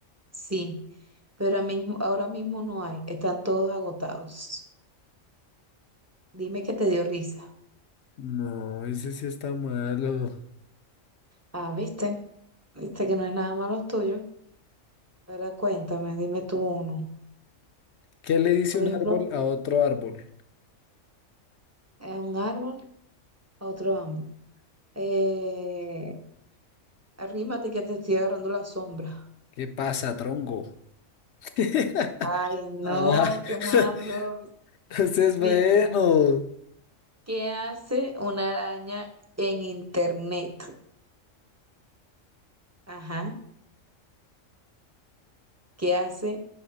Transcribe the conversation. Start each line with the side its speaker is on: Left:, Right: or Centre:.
Right: Sí, pero a mismo- ahora mismo no hay. Están todos agotados. Dime que te dio risa.
Left: no, ese sí está malo.
Right: Ah, ¿viste? Viste que no es nada malo tuyo. Ahora cuéntame, dime tú uno.
Left: ¿Qué le dice
Right: Por
Left: un
Right: ejemplo,
Left: <laughs> árbol a otro árbol?
Right: eh, un árbol a otro árbol. Eh, arrímate que te estoy agarrando la sombra.
Left: ¿Qué pasa, tronco? <laughs>
Right: Ay, no,
Left: Ah,
Right: qué malo.
Left: <laughs> ese es
Right: Mira.
Left: bueno.
Right: ¿Qué hace una araña en internet? Ajá. ¿Qué hace